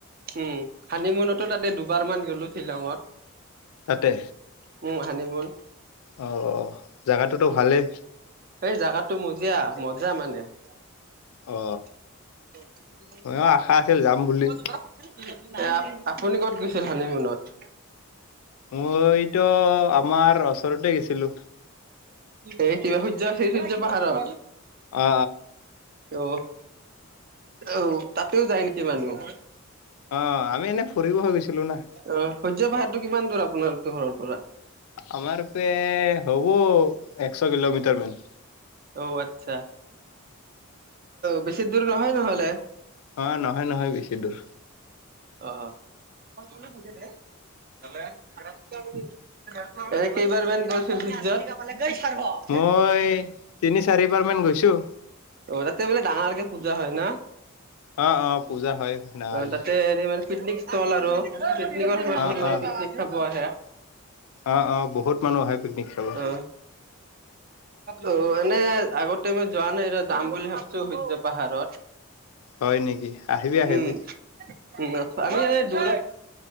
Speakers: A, on the right; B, on the left.
A: উম' হানিমুনতো তাতে দুবাৰ মান গ'লো শ্বিলঙত।
B: তাতে।
A: উম' হানি মোন।
B: অ অ' জাগাটোতো ভালেই।
A: এই জোগাটো মজিয়া মজা মানে। <unintelligible>
B: অ ময়ো আশা আছিল যাম বুলি
A: এ আপ আপুনি কত গৈছিল হানিমুনত? <unintelligible>
B: মইতো আমাৰ ওচৰতে গৈছিলো
A: এইয়ে এই কিবা সূৰ্য আছিল সূৰ্য পাহাৰত।
B: অ অ
A: অ অও' তাতও যায় নেকি মানুহ?
B: অঁ আমি এনেই ফুৰিব হে গৈছিলোঁ না।
A: অঁ' সূৰ্য পাহাৰটো কিমান দূৰ আপোনালোকৰ ঘৰৰ পৰা?
B: আমাৰ পে হ'ব একশ কিলোমিটাৰ মান।
A: অও আৎচ্ছা বেছি দূৰ নহয় নহলে।
B: অঁ' নহয় নহয় বেছি দূৰ।
A: অ' <unintelligible> এই কেইবাৰ মান যত-
B: মই তিনি চাৰিবাৰ মান গৈছোঁ।
A: অ' তাতে বোলে ডাঙৰকে পূজা হয় না।
B: অঁ অঁ পূজা হয় ডাঙৰকে।
A: অ তাতে হেৰি মানে পিকনিক স্থল আৰু পিকনিকৰসময়ত
B: অ
A: বহুত মানুহ
B: অ
A: পিকনিক খাব আহে।
B: অ অ বহুত মানুহ আহে পিকনিক খাবলে
A: অ অ এনে আগতে মই যোৱা নাই যাম বুলি ভাবিছো সূৰ্য পাহাৰত
B: হয় নেকি আহিবি আহিবি
A: উম উম আমি এই দূৰত